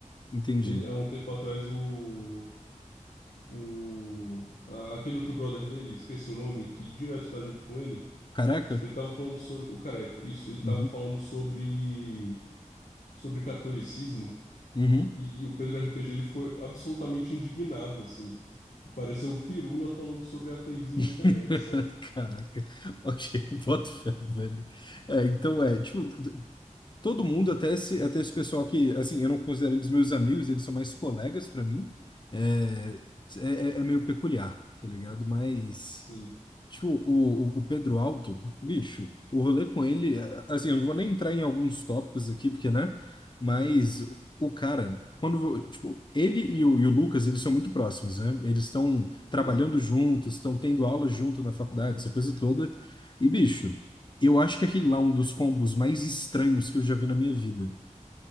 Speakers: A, on the left; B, on the left.
A: Entendi.
B: Ele, há um tempo atrás, o. O, a- aquele outro brother dele, esqueci o nome, que direto tá junto com ele.
A: Caraca?
B: Tipo, ele tava falando sobre. O Careca, isso, ele tava
A: Uhum.
B: falando sobre. sobre catolicismo.
A: Uhum.
B: E, e o Pedro RPG ele ficou absolutamente indignado, assim. Pareceu o Pirula falando sobre ateísmo na internet,
A: <laughs>
B: sabe?
A: Caraca. Ok, boto fé, velho. É, então é, tipo, t- t- todo mundo, até esse, até esse pessoal que, assim, eu não considero eles meus amigos, eles são mais colegas pra mim. É, é, é é meio peculiar, tá ligado? Mas.
B: Sim,
A: Tipo, o, o o Pedro Alto, bicho, o rolê com ele, é, assim, eu não vou nem entrar em alguns tópicos aqui, porque, né? Mas o o cara, quando, vo- tipo, ele e o, e o Lucas, eles são muito próximos, né? Eles estão trabalhando
B: sim.
A: juntos, estão tendo aula junto na faculdade, essa coisa toda. E, bicho, eu acho que aquele lá é um dos combos mais estranhos que eu já vi na minha vida.